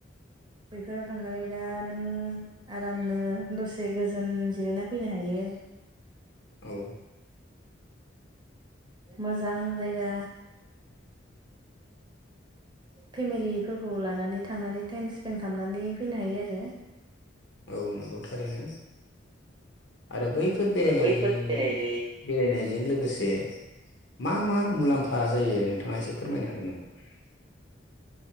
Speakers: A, on the right; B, on the left.
A: बैफोराव थांनानै दा नों आरामनो दसे गोजोन जिरायना फैनो हायो
B: औ
A: मोजां जायगा
B: <inaudible>
A: फेमिलिफोरखौ लानानै थांनानै टाइम स्पेन्ड खामनानै फैनो हायो आरो
B: औ नंगौ थारैनो आरो बैफोर बेरायनाय
A: बैफोर बेरायनाय
B: बेरायनायजों लोगोसे मा मा मुलाम्फा जायो नोंथाङा एसे फोरमायनो हागोन नामा